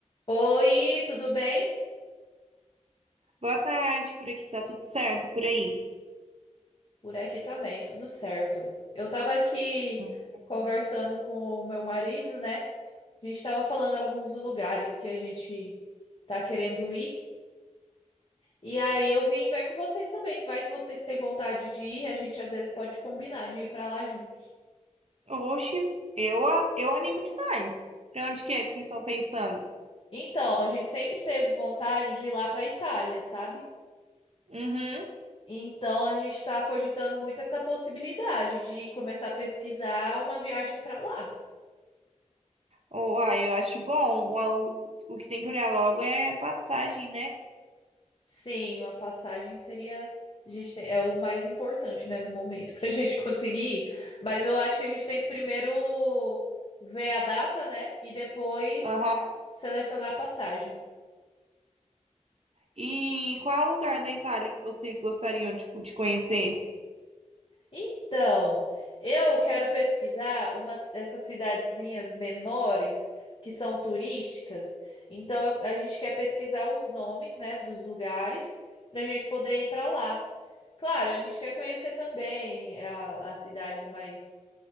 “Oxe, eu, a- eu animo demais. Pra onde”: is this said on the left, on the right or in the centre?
Right